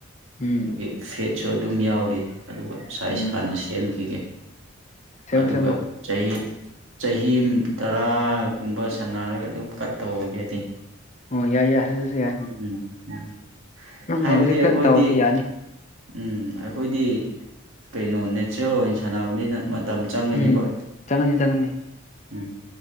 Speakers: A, on the left; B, on the right.
A: ꯎꯝ
B: ꯑꯗꯒꯤ ꯐꯦꯠꯁꯨ ꯑꯗꯨꯝ ꯌꯥꯎꯔꯤ ꯑꯗꯨꯒ ꯁꯥꯏꯖ
A: ꯎꯝ
B: ꯍꯥꯟꯅ ꯁꯦꯝꯈꯤꯒꯦ
A: ꯁꯦꯝꯃꯣ
B: ꯑꯗꯨꯒ
A: ꯁꯦꯝꯃꯣ
B: ꯆꯍꯤ ꯆꯍꯤ ꯇꯔꯥ ꯀꯨꯝꯕ ꯁꯥꯟꯅꯔꯒ ꯑꯗꯨꯝ ꯀꯠ ꯇꯧꯍꯒꯦꯗꯤ
A: ꯑꯣ ꯌꯥꯏ ꯌꯥꯏ ꯑꯗꯨꯁꯨ ꯌꯥꯏ
B: ꯎꯝ ꯎꯝ ꯍꯥꯏꯕꯗꯤ
A: ꯍꯧꯖꯤꯛꯇ
B: ꯑꯩꯈꯣꯏꯗꯤ
A: ꯇꯧꯔꯗꯤ ꯌꯥꯅꯤ
B: ꯎꯝ ꯑꯩꯈꯣꯏꯗꯤ ꯀꯩꯅꯣ ꯅꯦꯆꯔꯦꯜ ꯑꯣꯏꯅ ꯁꯥꯟꯅꯕꯅꯤꯅ ꯃꯇꯝ ꯆꯪꯒꯅꯦꯕ
A: ꯎꯝ ꯆꯪꯉꯅꯤ ꯆꯪꯉꯅꯤ
B: ꯎꯝ